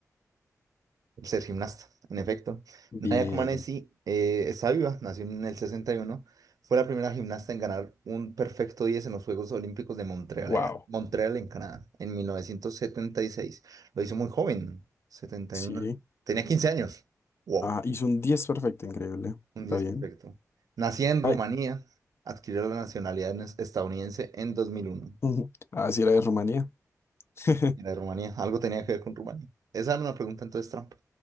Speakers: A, on the right; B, on the left.
A: Por ser gimnasta, en efecto.
B: Bien.
A: Nadia Comaneci eh, está viva, nació en el sesenta y uno, Fue la primera gimnasta en ganar un perfecto 10 en los Juegos Olímpicos de Montreal,
B: Wow.
A: eh, Montreal en Canadá, en 1976. Lo hizo muy joven, setenta
B: Sí.
A: y uno, Tenía 15 años. Wow,
B: Ah, hizo un 10 perfecto, increíble.
A: un
B: Está
A: 10
B: bien.
A: perfecto. Nacida en Rumanía,
B: Ay.
A: adquirió la nacionalidad en- estadounidense en 2001.
B: ujú. Ah, sí, era de Rumanía. <laughs>
A: Era de Rumanía, algo tenía que ver con Rumanía. Esa era una pregunta entonces trampa.